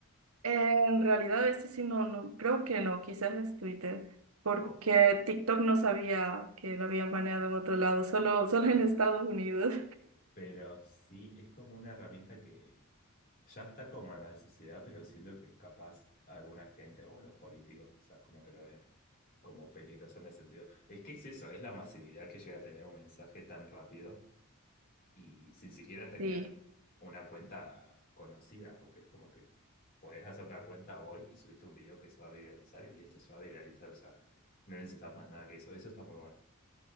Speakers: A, on the right (about 75°); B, on the left (about 40°).
A: En realidad, ese sí no, no, creo que no, quizás es Twitter, porque
B: Ok,
A: TikTok no sabía que lo habían baneado en otro lado, solo, solo
B: pero,
A: en Estados Unidos.
B: pero sí, es como una herramienta que Ya está como en la sociedad, pero siento que capaz alguna gente o los políticos quizás como que lo ven como peligroso en el sentido. Es que es eso, es la masividad que llega a tener un mensaje tan rápido y sin siquiera tener
A: Sí,
B: una cuenta conocida, porque es como que podés hacer una cuenta hoy y subiste un video que se va a viralizar y listo, se va a viralizar, o sea, no necesitas más nada que eso, eso está muy bueno.